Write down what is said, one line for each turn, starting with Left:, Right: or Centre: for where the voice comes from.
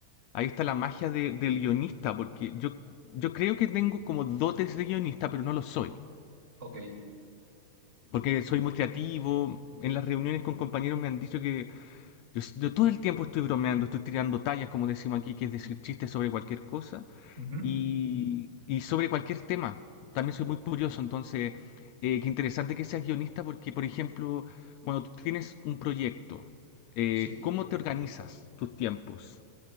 Left: Ahí está la magia de- del guionista, porque yo, yo creo que tengo como dotes de guionista, pero no lo soy.
Right: Ok.
Left: Porque soy muy creativo, en las reuniones con compañeros me han dicho que yo, s- yo todo el tiempo estoy bromeando, estoy tirando tallas, como decimos aquí, que es decir chistes sobre cualquier cosa
Right: Ujú.
Left: y, y sobre cualquier tema. También soy muy curioso, entonces, eh, qué interesante que seas guionista porque, por ejemplo, cuando tú tienes un proyecto, eh,
Right: Sí.
Left: ¿cómo te organizas tus tiempos?